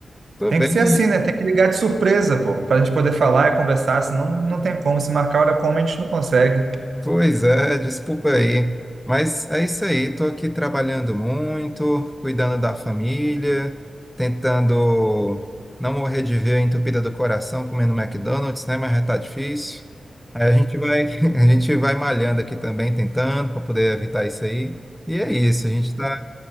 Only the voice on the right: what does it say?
Tem
que ser assim, né? Tem que ligar de surpresa, pô, pra gente poder falar e conversar, senão não tem como. Se marcar, olha como a gente não consegue.